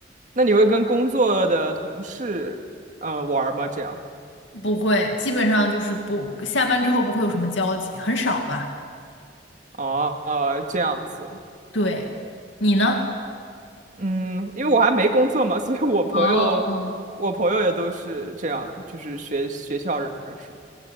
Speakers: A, on the right; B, on the left.
A: 那你会跟工作的同事，嗯，玩儿吗？这样？
B: 不会，基本上就是不，下班之后不会有什么交集，很少吧。
A: 哦，呃这样子，
B: 对，你呢？
A: 嗯，因为我还没工作嘛，所以我朋友，
B: 哦，
A: 我朋友也都是这样，就是学学校认识。